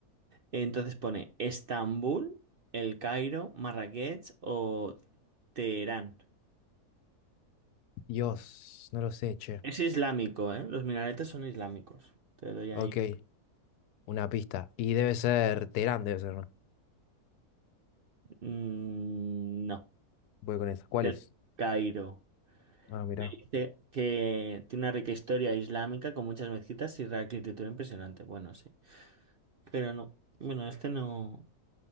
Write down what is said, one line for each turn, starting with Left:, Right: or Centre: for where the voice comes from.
Right: Entonces pone Estambul, El Cairo, Marrakech o Teherán.
Left: Dios, no lo sé, che.
Right: Es islámico, ¿eh? Los minaretes son islámicos. Te doy ahí.
Left: Ok, una pista. Y debe ser Teherán, debe ser, ¿no?
Right: Mm, no.
Left: Voy con esa. ¿Cuál
Right: El
Left: es?
Right: Cairo.
Left: Ah, mirá.
Right: Dice que tiene una rica historia islámica con muchas mezquitas y arquitectura impresionante. Bueno, sí. Pero no. Bueno, este no.